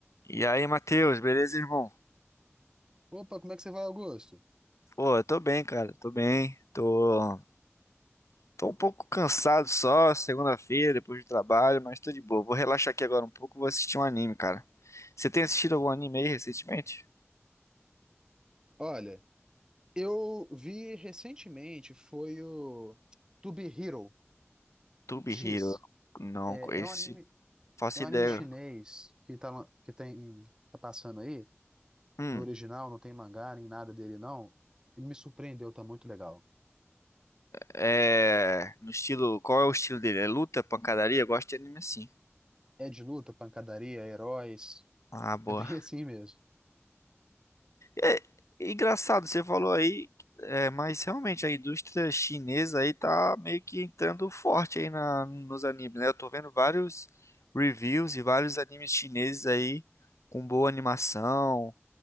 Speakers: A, on the left; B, on the right.
A: E aí, Matheus, beleza, irmão?
B: Opa, como é que você vai, Augusto?
A: Pô, eu tô bem, cara, tô bem. Tô, tô um pouco cansado só, segunda-feira, depois do trabalho, mas tô de boa. Vou relaxar aqui agora um pouco, vou assistir um anime, cara. Você tem assistido algum anime aí recentemente?
B: Olha, eu vi recentemente, foi o To Be Hero
A: Tube
B: X.
A: Hero. Não,
B: É,
A: esse
B: é um anime,
A: não faço
B: é um
A: ideia.
B: anime chinês que tá, lan- que tem, tá passando aí.
A: Hum,
B: É original, não tem mangá nem nada dele, não. E me surpreendeu, tá muito legal.
A: é. No estilo. Qual é o estilo dele? É luta, pancadaria? Eu gosto de anime assim.
B: É de luta, pancadaria, heróis.
A: Ah, boa.
B: É bem <laughs> assim mesmo.
A: É engraçado, você falou aí, é, mas realmente a indústria chinesa aí tá meio que entrando forte aí na, nos animes, né? Eu tô vendo vários reviews e vários animes chineses aí com boa animação,